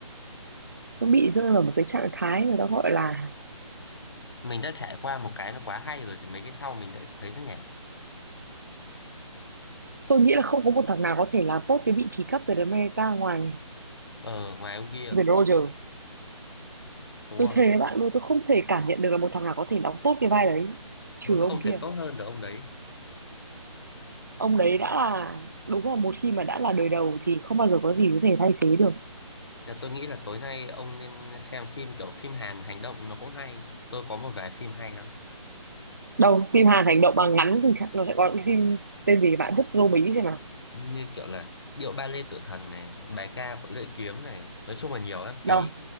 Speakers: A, on the right; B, on the left.
A: nó bị rơi vào một cái trạng thái người ta gọi là
B: mình đã trải qua một cái nó quá hay rồi thì mấy cái sau mình lại thấy nó nhạt
A: tôi nghĩ là không có một thằng nào có thể làm tốt cái vị trí cấp từ đến America ngoài
B: ờ ngoài ông kia
A: Steven Roger
B: đúng
A: tôi
B: rồi
A: thề với bạn luôn tôi không thể cảm nhận được là một thằng nào có thể đóng tốt cái vai đấy trừ
B: Đúng rồi, không
A: ông
B: thể
A: kia
B: tốt hơn được ông đấy
A: ông đấy đã là đúng là một khi mà đã là đời đầu thì không bao giờ có gì có thể thay thế được
B: Dạ, tôi nghĩ là tối nay ông nên xem phim kiểu phim Hàn hành động nó cũng hay. Tôi có một vài phim hay lắm.
A: đâu phim Hàn hành động mà ngắn thì chắc nó sẽ có những phim tên gì bạn thích dô Mỹ xem nào
B: Như kiểu là Điệu ba lê tự thần này, Bài ca của lưỡi kiếm này. Nói chung là nhiều lắm.
A: đâu
B: Tí